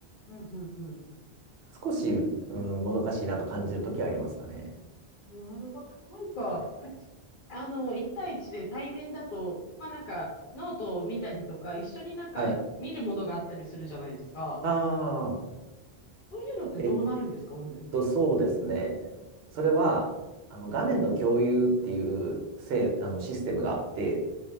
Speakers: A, on the left; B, on the right.
A: うんうんうん。
B: 少し、
A: あ、
B: うん、もどかしいなと感じるときはありますかね。
A: なるほど。なんか、
B: はい。
A: かち、あの、一対一で対面だと、まあなんか、ノートを見たりとか、一緒になんか見るものがあったりするじゃないですか。
B: はい。ああ、
A: そういうのってどうなるんですか、
B: えっ
A: オンライン。
B: と、そうですね。それは、あの、画面の共有っていうせい、
A: うんうん。
B: あの、システムがあって、